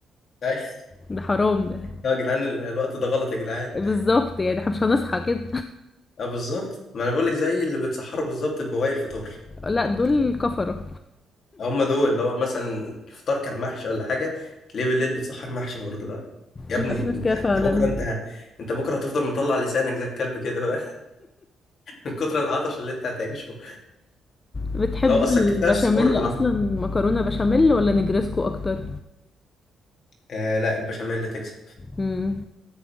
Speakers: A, on the left; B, on the left.
A: ايوه
B: ده حرام ده
A: يا جدعان ال- الوقت ده غلط يا جدعان
B: بالظبط يعني احنا مش هنصحى كده
A: اه بالظبط ما انا بقول لك زي اللي بتسحره بالظبط ببواقي الفطار
B: <laughs> لا دول كفرة
A: آه، هم دول اللي هو مثلا الفطار كان محشي ولا حاجة تلاقيه بالليل بتسحر محشي برضه لا يا
B: لا
A: ابني
B: في ناس
A: انت
B: كده
A: انت
B: فعلا
A: بكره انت انت بكره هتفضل مطلع لسانك زي الكلب كده بقى <laughs> من كتر العطش اللي انت هتعيشه
B: بتحب
A: لو اصلا
B: البشاميل
A: كفايه السحور لوحده
B: اصلا مكرونة بشاميل ولا نجرسكو اكتر
A: آه لا البشاميل اللي تكسب
B: امم